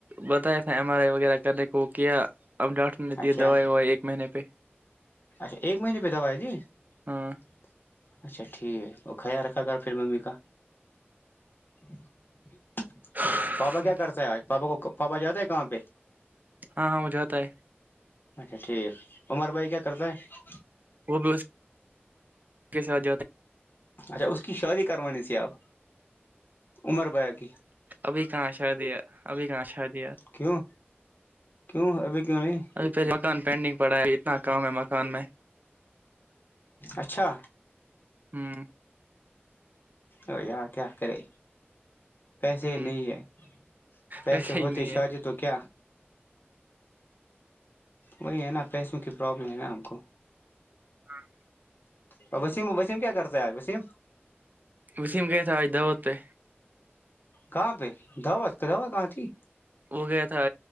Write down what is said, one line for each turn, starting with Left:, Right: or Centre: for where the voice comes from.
Right: بتایا تھا ایم آر آئی وغیرہ کرنے کو وہ کیا <unintelligible> اب ڈاکٹر نے دیے
Left: اچھا
Right: دوائی وائی ایک مہینے پہ
Left: اچھا ایک مہینے پہ دوا ہے جی <unintelligible>
Right: ہاں
Left: اچھا ٹھیک ہے وہ کھیا رکھا کر پھر ممی کا <unintelligible>
Right: ہاں
Left: پاپا کیا کرتے ہیں آج پاپا کو <unintelligible> پاپا جاتا ہے کہاں پہ
Right: ہاں ہاں وہ جاتا ہے
Left: اچھا ٹھیک عمر بھائی کیا کرتا ہے
Right: وہ بھی اس کے ساتھ جاتا
Left: اچھا اس کی شادی کروانی سھی آپ عمر بیا کی
Right: ہے ابھی کہاں شا دیا ابھی کہاں شا د
Left: کیوں کیوں ابھی کیوں نہیں
Right: ا پہ مکان پینڈنگ پڑا ہے اتنا کام ہے مک کان میں
Left: اچھا
Right: ہاں
Left: ا یا کیا کرے پیسے
Right: ہ
Left: نہیں ہے پیسے
Right: ویسے ہی
Left: ہوتے
Right: نہیں ہے
Left: شاہجہ تو کیا وہی ہے نا پیسوں کی پرابلم ہے نا ہم کو
Right: ہاں
Left: اور وسیم وسیم کیا کرتا ہے آج وسیم
Right: اس میں گئے تھا آج دعوت پہ
Left: کہاں پہ دعوت کا دوت کہاں تھی
Right: وہ گیا تھا